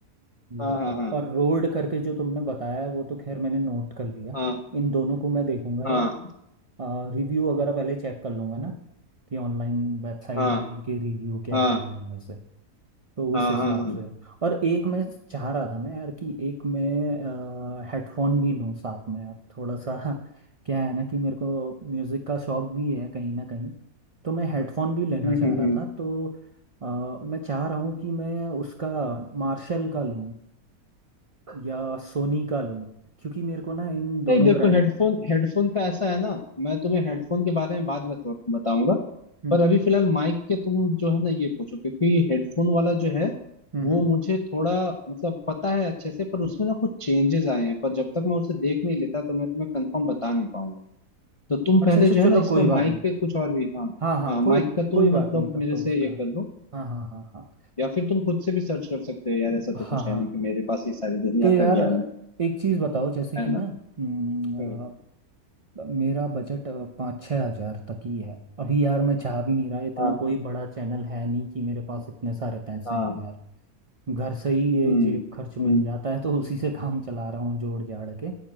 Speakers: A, on the right; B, on the left.
A: ये
B: हाँ
A: और,
B: हाँ
A: और रोड करके जो तुमने बताया है वो तो खैर मैंने नोट कर लिया
B: हाँ
A: इन दोनों को मैं देखूंगा यार
B: हाँ
A: रिव्यू वगैरह पहले चेक कर लूंगा ना कि ऑनलाइन वेबसाइट
B: हाँ
A: में इनके रिव्यू क्या
B: हाँ
A: क्या हैं वैसे तो उस
B: हाँ
A: हिसाब
B: हाँ हाँ हाँ।
A: से और एक मैं चाह रहा था मैं यार कि एक मैं हेडफोन भी लूं साथ में यार थोड़ा सा <laughs> क्या है ना कि मेरे को म्यूज़िक का शौक भी है कहीं ना कहीं तो मैं हेडफोन भी लेना
B: हम्म
A: चाह
B: हम्म
A: रहा
B: हम्म।
A: था तो अ, मैं चाह रहा हूँ कि मैं उसका मार्शल का लूं या सोनी का लूं क्योंकि मेरे को ना इन दोनों
B: नहीं देखो
A: ब्रांड
B: हेडफोन हेडफोन का ऐसा है ना मैं तुम्हें हेडफोन के बारे में बाद बत, बताऊंगा
A: हम्म
B: पर अभी फिलहाल माइक के तुम जो है ना ये पूछो क्योंकि हेडफोन वाला जो है
A: हम्म
B: वो
A: हम्म।
B: मुझे थोड़ा मतलब पता है अच्छे से पर उसमें ना कुछ चेंजेस आए हैं पर जब तक मैं उसे देख नहीं लेता तो मैं तुम्हें कंफर्म बता नहीं पाऊंगा तो तुम पहले
A: अच्छा अच्छा
B: जो है
A: चलो
B: ना इसमें
A: कोई बात
B: माइक
A: नहीं
B: पे कुछ और भी हाँ
A: हाँ हाँ
B: हाँ
A: कोई
B: माइक का तुम
A: कोई बात
B: मतलब
A: नहीं तब
B: मेरे
A: तो
B: से
A: उसका
B: ये कर लो
A: हाँ हाँ हाँ हाँ
B: या फिर तुम खुद से भी सर्च कर सकते हो यार ऐसा
A: हाँ
B: तो कुछ
A: हाँ
B: है नहीं कि मेरे पास ये सारी दुनिया
A: तो यार
B: का ज्ञान है
A: एक चीज़ बताओ जैसे कि
B: है ना
A: ना हम्म,
B: हम्म
A: अ, मेरा बजट अ, पाँच छः हज़ार तक ही है अभी यार मैं चाह भी नहीं रहा इतना
B: हाँ
A: कोई बड़ा चैनल है नहीं कि मेरे पास इतने सारे पैसे
B: हाँ
A: हैं यार घर से ही ये
B: हम्म
A: जेब खर्च मिल
B: हम्म
A: जाता है तो उसी से काम चला रहा हूँ जोड़ जाड़ के